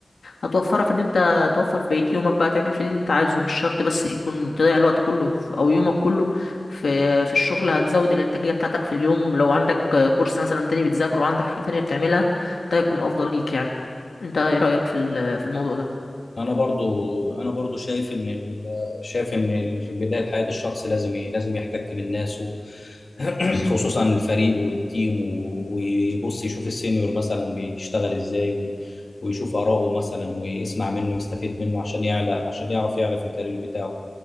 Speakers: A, on the left; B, on the left.
A: هتوفرها في ان انت توفر في بقية يومك بقى تعمل فيه اللي انت عايزه مش شرط بس يكون تضيع الوقت كله في او يومك كله في في الشغل هتزود الانتاجية بتاعتك في اليوم لو عندك كورس مثلا تاني بتذاكره وعندك حاجة تانية بتعملها ده هيكون افضل ليك يعني انت ايه رأيك في ال- في الموضوع ده
B: انا برضو انا برضو شايف ان ال... شايف ان ال- في بدايه حياه الشخص لازم ي... لازم يحتك بالناس و... <clears throat> خصوصا الفريق والتيم و... ويبص يشوف السينيور مثلا بيشتغل ازاي و... ويشوف اراءه مثلا ويسمع منه ويستفيد منه عشان يعلى عشان يعرف يعلى في الكارير بتاعه